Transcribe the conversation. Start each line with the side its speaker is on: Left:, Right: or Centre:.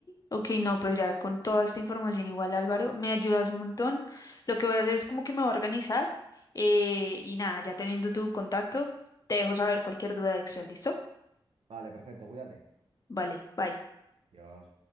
Left: ok, no, pues ya con toda esta información igual Álvaro, me ayudas un montón. Lo que voy a hacer es como que me voy a organizar eh, y nada, ya teniendo tu contacto, te dejo saber cualquier duda de Excel, ¿listo?
Right: Vale, perfecto, cuídate.
Left: Vale, bye.
Right: Dios.